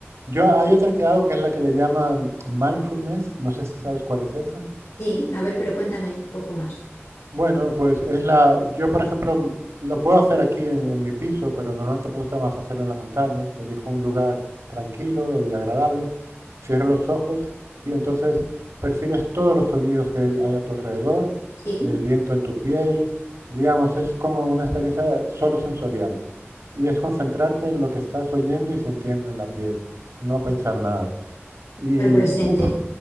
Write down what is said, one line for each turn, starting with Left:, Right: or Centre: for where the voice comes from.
Right: Yo hay otra que hago que es la que le llaman mindfulness, no sé si sabes cuál es esa.
Left: sí, a ver, pero cuéntame un poco más.
Right: Bueno, pues es la. Yo, por ejemplo, m- lo puedo hacer aquí en, en mi piso, pero normalmente me gusta más hacerlo en la montaña. Elijo un lugar tranquilo y agradable, cierro
Left: Ujú.
Right: los ojos y entonces percibes todos los sonidos que hay a tu alrededor,
Left: Sí,
Right: el viento en tu piel. Digamos, es como una experiencia solo sensorial. Y es concentrarte en lo que estás oyendo y sintiendo en la piel, no pensar nada. Y
Left: pero presente,
Right: uf,